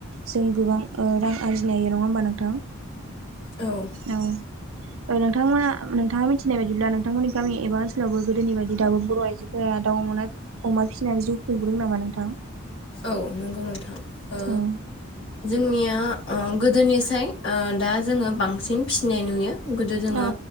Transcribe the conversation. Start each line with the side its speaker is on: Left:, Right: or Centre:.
Right: जों गोबां ओ रां आरजिनायो नङा होनबा नोंथां
Left: औ
Right: औ नोंथां नोंथाङा मिथिनाय बायदिब्ला नोंथांमोननि गामि एबा स्लावबो गोदोनि बायदि दाबो बर' आइजोफोरा दउ अमा अमा फिसिनानै जिउ <unintelligible> नामा नोंथां
Left: औ नंगौ नोंथां ओ
Right: औ
Left: जोंनिया ओ गोदोनिसाय ओ दा जोङो बांसिन फिसिनाय नुयो गोदो जोङो
Right: औ